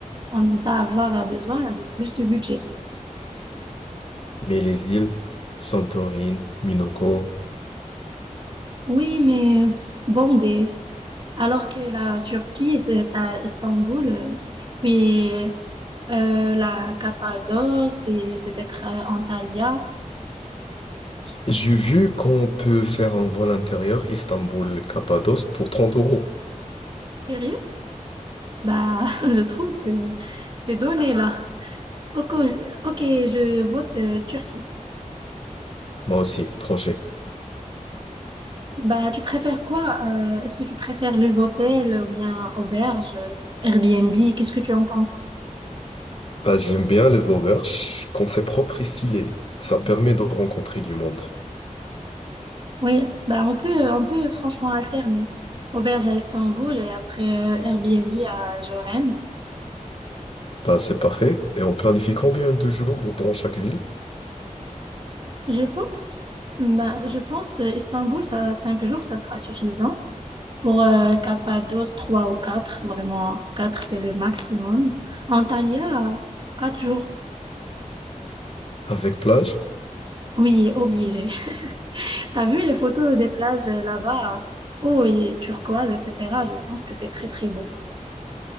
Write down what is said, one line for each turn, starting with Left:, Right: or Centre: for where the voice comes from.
Right: on va avoir besoin de plus de budget.
Left: mais les îles, Santorini, Minoko.
Right: Oui, mais bon, des, Alors que la Turquie, c'est à Istanbul, euh, puis euh, la Cappadoce et peut-être euh, Antalya.
Left: J'ai vu qu'on peut faire un vol intérieur Istanbul-Cappadoce pour 30 euros.
Right: Sérieux? Bah, <laughs> je trouve que ces données-là. Ok, je ok, je vote euh, Turquie.
Left: Moi aussi, tranché.
Right: Bah, tu préfères quoi? euh, est-ce que tu préfères les hôtels ou bien auberges, euh, Airbnb? Qu'est-ce que tu en penses?
Left: Bah, j'aime bien les auberges quand c'est propre et stylé. Ça permet de rencontrer du monde.
Right: Oui, bah on peut, euh, on peut franchement alterner. Auberge à Istanbul et après euh, Airbnb à Jorem.
Left: Bah, c'est parfait. Et on planifie combien de jours dans chaque ville
Right: Je pense, bah, je pense euh, Istanbul, ça, cinq jours, ça sera suffisant. Pour euh, Cappadoce, trois ou quatre, vraiment, quatre, c'est le maximum. Antalya, euh, quatre jours.
Left: avec plage?
Right: Oui, obligé. <laughs> T'as vu les photos des plages euh, là-bas, eau et turquoise, etc. Je pense que c'est très, très beau.